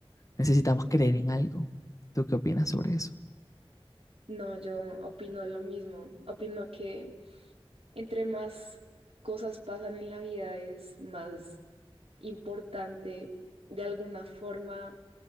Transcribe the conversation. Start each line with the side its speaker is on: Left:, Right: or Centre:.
Left: necesitamos creer en algo. ¿Tú qué opinas sobre eso?
Right: no, yo opino lo mismo. Opino que entre más cosas pasan en la vida es más importante de alguna forma